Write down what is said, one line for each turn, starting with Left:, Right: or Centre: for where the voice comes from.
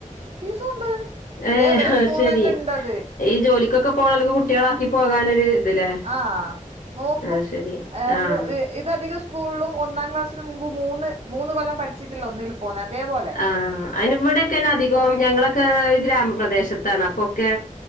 Right: ഫീസും ഉണ്ട്. ഇതെ
Left: ഏ
Right: അവരെ
Left: അത്
Right: സ്കൂളിലെന്നെ
Left: ശരി
Right: ഇണ്ടത്.
Left: ഈ ജോലിക്കൊക്കെ പോണോൽക്ക് കുട്ടികളാക്കി പോകാനൊരു ഇതില്ലേ
Right: ആഹ് മോക്കും
Left: അത് ശരി
Right: ഏഹ്
Left: ആഹ്
Right: മൂ <unintelligible> ഇത് അധികം സ്കൂളിലും ഒന്നാം ക്ലാസിന് മുമ്പ് മൂന്ന് മൂന്ന് കൊല്ലം പഠിച്ചിട്ടില്ല ഒന്നിലും. പോനതേപോ
Left: ആഹ് അയിന് ഇവിടെയൊക്കെ അയിന് അധി ഇപ്പ ഞങ്ങളൊക്കെ ഏഹ് ഗ്രാമപ്രദേശത്താണ് അപ്പൊക്കെ